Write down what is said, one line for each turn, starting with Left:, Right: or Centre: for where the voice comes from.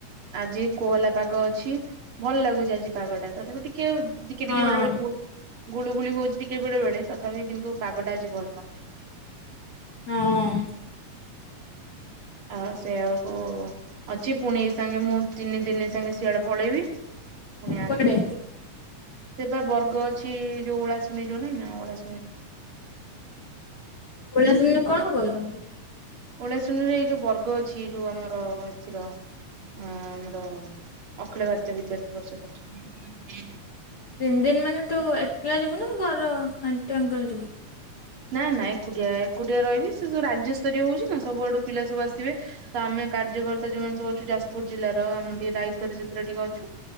Right: ଆଜି କୋହଲା ପାଗ ଅଛି ଭଲ ଲାଗୁଛି ଆଜି ପାଗଟା ତଥାପି ଟିକେ ଟିକେ ଟିକେ
Left: ହଁ
Right: ଟିକେ ବେଳେ ବେଳେ ବହୁ ଗୁଳୁଗୁଳି ହଉଛି ଟିକେ ବେଳେ ବେଳେ ତଥାପି କିନ୍ତୁ ପାଗଟା ଆଜି ଭଲ
Left: ହଁ
Right: ଆଉ ସେଆଉକୁ ଅଛି ପୁଣି ସାଙ୍ଗେ ମୁଁ ତିନି ଦିନି ସାଙ୍ଗେ ସିଆଡେ ପଳେଇବି ପୁଣିଆସିକି
Left: କୁଆଡେ
Right: ସେଟ ବର୍ଗ ଅଛି ଯୋଉ ଓଳାସ <unintelligible> ଶୁଣି ଚଲ ନା ଓ ଶୁଣ <unintelligible>
Left: ପଳିଆ ସମୟରେ କଣ ହବ କ ତମର <unintelligible>
Right: ଓଳିଆ ଶୁଣୀରେ ଏଇ ଯୋଉ ବର୍ଗ ଅଛି ଯୋଉ ଆମର ଏଥିର ଆମର ଅଖିଳ ଭାରତୀୟ ବିଦ୍ୟାର୍ଥୀ ବର୍ଷ
Left: ତିନ ଦିନ ମାନେ ତୁ ଏକେଲା ଯିବୁ ନା ଘର ଆଣ୍ଟି ଅଙ୍କଲ ଯିବୁ
Right: ନା ନା ଏକୁଟିଆ ଏକୁଟିଆ ରହିବି ସେ ସବୁ ରାଜ୍ୟସ୍ତରୀୟ ହଉଛି ନା ସବୁଆଡୁ ପିଲା ସବୁ ଆସିବେ ତ ଆମେ କାର୍ଯ୍ୟକର୍ତ୍ତା ଯୋଉମାନେ ସବୁ ଅଛୁ ଯାଜପୁର ଜିଲ୍ଲାର ଆମ ଟିକେ ଦାୟିତ୍ଵରେ ସେଥିରେ ଟିକେ ଅଛୁ